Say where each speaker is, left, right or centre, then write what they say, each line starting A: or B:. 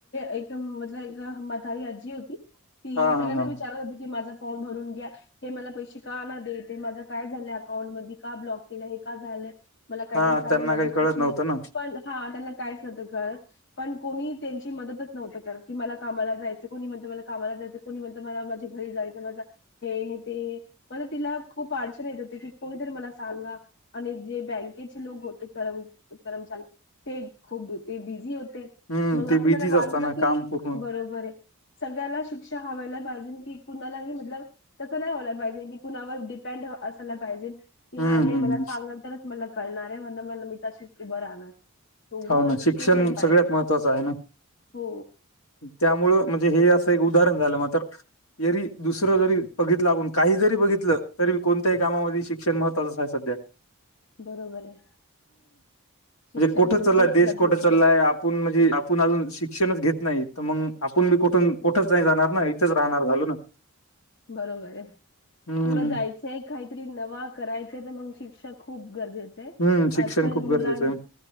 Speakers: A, on the left (about 55°); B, on the left (about 70°).
A: एक म्हतल एक म्हातारी आजी होती ती
B: हा हा
A: सगळ्यांना
B: हा
A: विचारत होती की माझा फॉर्म भरून घ्या हे मला पैशे का ना देते माझं काय झालंय अकाउंट मधी का ब्लॉक केलं हे का झालंय? मला काहीतरी
B: हा
A: सांगा
B: त्यांना
A: माझे
B: काही
A: पैसे
B: कळत नव्हतं
A: नाही
B: ना
A: पण हा त्यांना काहीच नव्हतं कळत. पण कोणी त्यांची मदतच नव्हतं करत की मला कामाला जायचं कोणी म्हणतं मला कामाला जायचं कोणी म्हणतं मला माझे घरी जायचां माझा हे न ते मला तिला खूप अडचण येत होती की कोणीतरी मला सांगा. आणि जे बँकेचे लोगं होते करम कर्मचारी ते खूप ते बिझी होते
B: हम्म
A: मग <unintelligible>
B: ते बिझीच
A: वाटत
B: असताना
A: होतं की
B: काम पूर्ण
A: बरोबर आहे. सगळ्याला शिक्षा हवायला पाहिजेन की कुणालाही मतलब तसं नाही होयला पाहिजे की कुणावर डिपेंड असायला पाहिजे. की
B: हम्म
A: हा हे
B: हम्म
A: मला सांगनं तरच मला कळणार आहे म्हणलं मी तशीच उभं राहणार तो वो
B: हो ना शिक्षण
A: तेही नाही पाहिजे.
B: सगळ्यात महत्त्वाचं आहे ना.
A: हो
B: त्यामुळं म्हणजे हे असं एक उदाहरण झालं मातर जरी दुसरं जरी बघितलं आपण काही जरी बघितलं तरी कोणत्याही ही कामामध्ये शिक क्षण महत्वाचाच आहे सध्या.
A: बरोबर आहे. शिक्षण
B: कोठं
A: तर
B: चलला
A: खूप
B: आहे देश
A: गरजेचं
B: कोठं चलला आहे आप आपूण म्हणजे आपुण अजून शिक्षणच घेत नाही तर मंग आपण बी कुठून कुठच नाही जाणार ना इथंच राहणार झालो ना.
A: बरोबर आहे
B: हम्म
A: पुढं जाय चय काहीतरी नवा करायचे तर मंग शिक्षा खूप गरजेच तेय
B: हम्म शिक्षण
A: आजकाल
B: खूप गरजेचं
A: मुलां
B: आहे